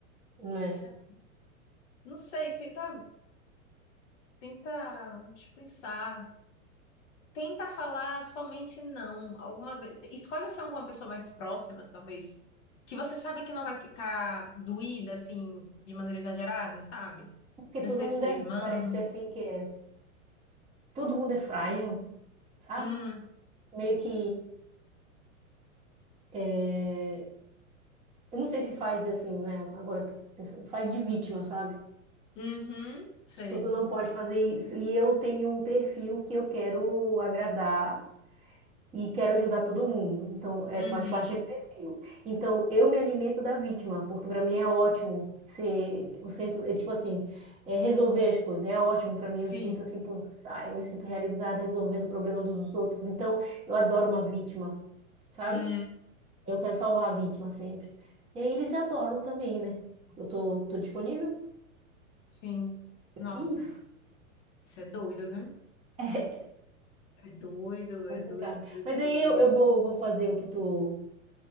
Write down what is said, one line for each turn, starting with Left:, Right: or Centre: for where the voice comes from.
Right: né?
Left: Isso é- Não sei, tenta, tenta, deixa eu pensar. Tenta falar somente não. Alguma vez, escolha ser alguma pessoa mais próxima, talvez, que você sabe que não vai ficar doída assim de maneira exagerada, sabe?
Right: Porque todo
Left: Não sei,
Right: mundo
Left: sua
Right: é,
Left: irmã.
Right: parece assim que é, todo mundo é frágil, sabe?
Left: Hum.
Right: Meio que é, Eu não sei se faz assim, né? Agora que eu tô pensando, faz de vítima, sabe?
Left: Uhum, sei.
Right: Tipo, tu não pode fazer isso. E eu tenho um perfil que eu quero agradar e quero ajudar todo mundo. Então, é,
Left: Uhum,
Right: faz parte do meu perfil. Então, eu me alimento da vítima, porque para mim é ótimo ser o centro, é tipo assim, é resolver as coisas. É ótimo para mim, eu
Left: sim.
Right: sinto assim que eu, ai, eu me sinto realizada resolvendo o problema dos outros. Então, eu adoro uma vítima, sabe?
Left: Hum,
Right: Eu quero salvar a vítima sempre. E aí eles adoram também, né? Eu tô, tô disponível?
Left: sim. Nossa,
Right: Que Isso.
Left: isso é doido, viu?
Right: É
Left: É doido,
Right: <laughs> Complicado.
Left: é doido, doido,
Right: Mas aí
Left: doido.
Right: eu, eu vou, vou fazer o que tu,